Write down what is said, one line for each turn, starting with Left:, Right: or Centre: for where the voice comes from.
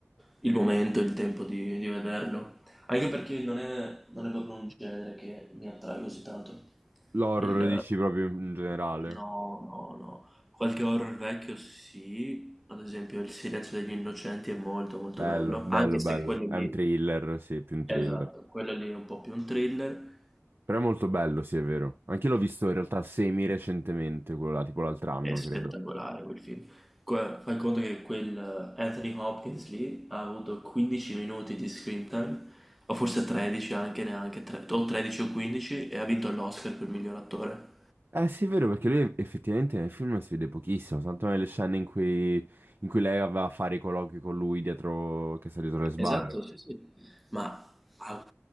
Centre: il momento, il tempo di, di vederlo, anche perché non è, non è proprio un genere che mi attrae così tanto.
Right: L'horror
Centre: Il,
Right: dici proprio in in generale.
Centre: no, no, no, qualche horror vecchio sì, ad esempio Il silenzio degli innocenti è molto molto
Right: Bello,
Centre: bello,
Right: bello,
Centre: anche
Right: bello.
Centre: se quello
Right: È
Centre: lì,
Right: un thriller, sì, più un thriller.
Centre: esatto, quello lì è un po' più un thriller,
Right: Però è molto bello, sì, è vero. Anche l'ho visto in realtà semi recentemente, quello là, tipo l'altro anno,
Centre: È spettacolare
Right: credo.
Centre: quel film. Que- fai conto che quel eh, Anthony Hopkins lì ha avuto 15 minuti di screen time, o forse 13 anche, neanche tre- o 13 o 15, e ha vinto l'Oscar per miglior attore.
Right: Eh sì, è vero, perché lui effettivamente nel film si vede pochissimo, tanto nelle scene in cui, in cui lei aveva a fare i colloqui con lui dietro, che sta dietro le sbarre.
Centre: Esatto, sì, sì. Ma ha,